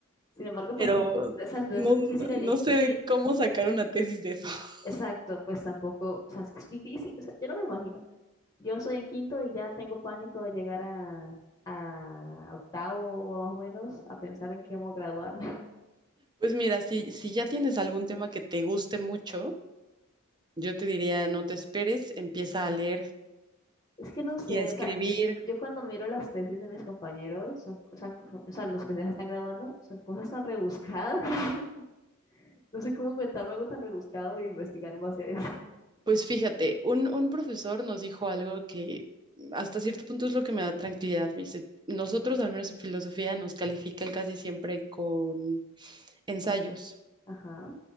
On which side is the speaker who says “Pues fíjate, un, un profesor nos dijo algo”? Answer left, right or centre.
Right